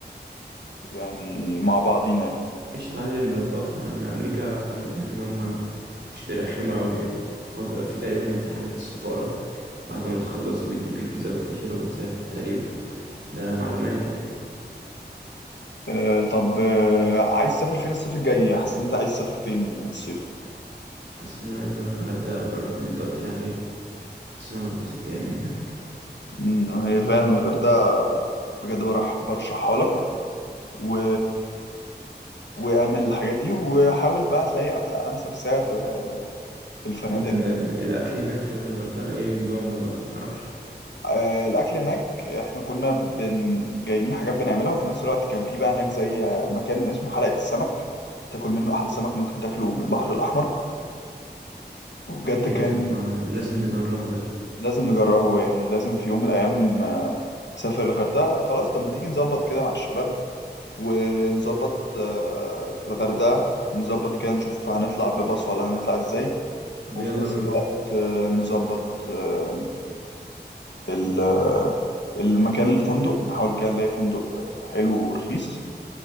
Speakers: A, on the left; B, on the right.
A: يعني مع بعضينا يعني
B: قشطة عادي نظبطها أما أمريكا أعتقد يعني إن هما مش بيرخموا أوي يعني هو بيبقى فيه تقريبا امتحان في السفارة بعد ما بتخلصوا بيدوك الفيزا والتأشيرة وتسافر تقريبا ده معلوماتي يعني
A: أه طب أه عايز تسافر فين الصيف الجاي حاسس ان انت عايز تسافر فين الصيف
B: حاسس إن أنا عايز أروح الغردقة أجرب اللي أنت قلت لي عليه بس أنا هتبسط يعني هناك
A: مم، هي فعلا الغردقه بجد برح برشحها لك و... واعمل الحاجات دي وحاول بقى تلاقي انسب سعر آه، في الفنادق
B: أنت ال- الأكل هناك في الغردقة إيه نظامه بقى متعرفش
A: آه، الاكل هناك احنا كنا بن... جايبين حاجات بنعملها وفي نفس الوقت كان في بقى هناك زي آه، مكان اسمه حلقة السمك تاكل منه احلى سمك ممكن تاكله من البحر الاحمر وبجد
B: إيه
A: كان
B: ده طب ما لازم نجربه ده
A: لازم نجربه يعني لازم في يوم من الايام آه، نسافر الغردقة خلاص طب ما تيجي نظبط كده مع الشباب ونظبط آه، في الغردقة نظبط كده نشوف هنطلع بباص ولا هنطلع ازاي
B: طب
A: وفي
B: يلا
A: نفس
B: بينا
A: الوقت آه، نظبط آه، ال- آه، المكان الفندق نحاول كده نلاقي فندق حلو ورخيص